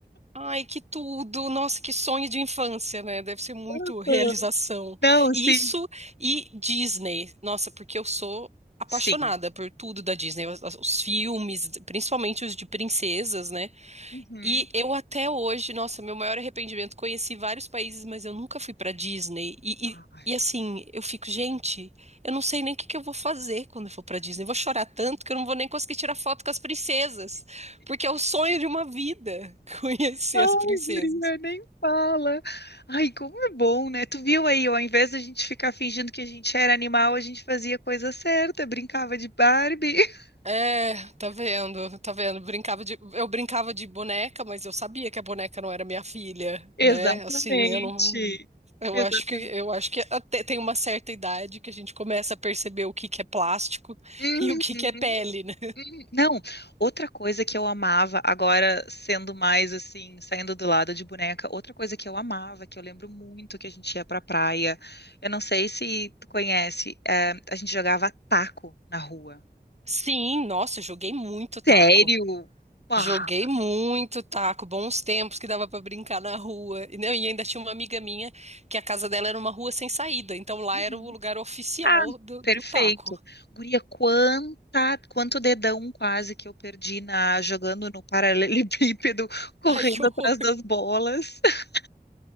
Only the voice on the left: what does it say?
<laughs>
Não,
sim,
sim.
Uhum.
Ai.
Ai,
guria, nem fala. Ai, como é bom, né? Tu viu aí, ó, ao invés da gente ficar fingindo que a gente era animal, a gente fazia coisa certa, brincava de Barbie. <laughs>
Exatamente.
Exatamente.
Uhum,
uhum. Não, outra coisa que eu amava, agora sendo mais assim, saindo do lado de boneca, outra coisa que eu amava, que eu lembro muito que a gente ia pra praia, eu não sei se tu conhece, eh, a gente jogava taco na rua.
Sério? Uau!
Uhum.
Ah,
perfeito.
Guria, quanta, quanto dedão quase que eu perdi na jogando no paralelepípedo,
<laughs> correndo
atrás das bolas. <laughs>